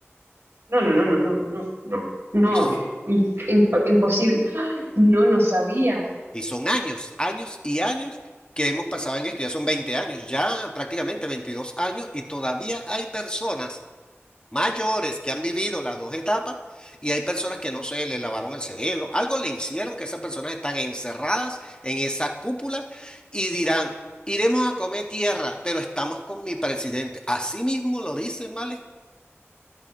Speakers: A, on the right; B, on the left.
A: no, no, no, no, no, no, no, no. no.
B: Y, s-
A: Im- imp- imposible. ¡Ah! No, no sabía.
B: y son años, años y años que hemos pasado en esto, ya son 20 años, ya prácticamente 22 años, y todavía hay personas mayores que han vivido las dos etapas y hay personas que no se le lavaron el cerebro, algo le hicieron que esas personas están encerradas en esa cúpula y dirán, iremos a comer tierra, pero estamos con mi presidente. Así mismo lo dicen, ¿vale?